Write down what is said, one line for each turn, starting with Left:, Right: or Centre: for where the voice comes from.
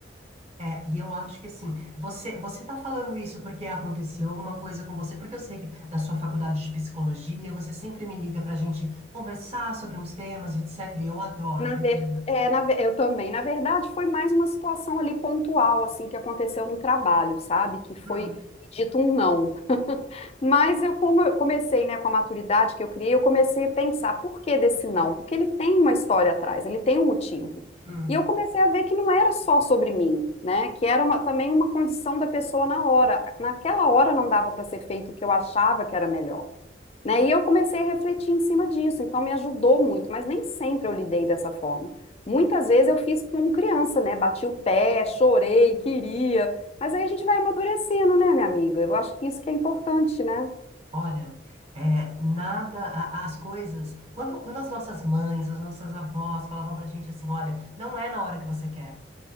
Right: É, e eu acho que assim, você você tá falando isso porque aconteceu alguma coisa com você, porque eu sei que da sua faculdade de psicologia, você sempre me liga pra gente conversar sobre uns temas, etc. E eu adoro,
Left: Na
Right: viu,
Left: ver...
Right: Karina?
Left: É, na ve- eu também. Na verdade, foi mais uma situação ali pontual, assim, que aconteceu no trabalho, sabe? Que foi
Right: Hum,
Left: dito um não. Mas eu, como eu comecei, né, com a maturidade que eu criei, eu comecei a pensar por que desse não? Porque ele tem uma história atrás, ele tem um motivo.
Right: hum.
Left: E eu comecei a ver que não era só sobre mim, né? Que era uma- também uma condição da pessoa na hora. Naquela hora não dava para ser feito o que eu achava que era melhor, né? E eu comecei a refletir em cima disso, então me ajudou muito, mas nem sempre eu lidei dessa forma. Muitas vezes eu fiz como criança, né? Bati o pé, chorei, queria. Mas aí a gente vai amadurecendo, né, minha amiga? Eu acho que isso que é importante, né?
Right: Olha, é, nada, a- as coisas. Quando, quando as nossas mães, as nossas avós falavam pra gente assim: olha, não é na hora que você quer.